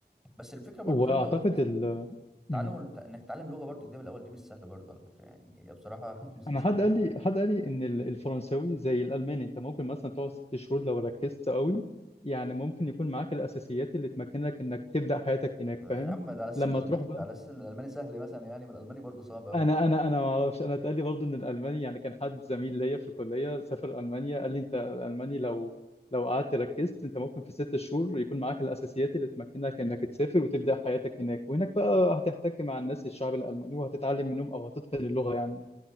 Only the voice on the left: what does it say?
واعتقد
ال...
مم.
انا حد قال
لي حد قال لي ان ال- الفرنساوي زي الالماني انت ممكن مثلا تقعد ست شهور لو ركزت قوي يعني ممكن يكون معاك الاساسيات اللي تمكنك انك تبدا حياتك هناك
فاهم
لما
تروح
بقى
انا انا انا ما اعرفش انا اتقال لي برضه ان الالماني يعني كان حد زميل ليا في الكليه سافر المانيا قال لي انت الالماني لو لو قعدت ركزت انت ممكن في ست شهور يكون معاك الاساسيات اللي تمكنك انك تسافر وتبدا حياتك هناك وهناك بقى هتحتك مع الناس الشعب الالماني وهتتعلم منهم او هتتقن اللغه يعني